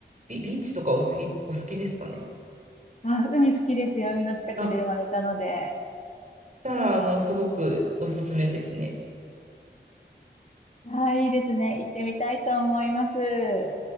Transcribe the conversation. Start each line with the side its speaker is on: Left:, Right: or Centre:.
Right: ビ、ビーチとかお好き、お好きですかね。
Left: あ、海好きですよ。海の近くで生まれたので。
Right: あ、したら、あの、すごくおすすめですね。
Left: はい、いいですね。行ってみたいと思います。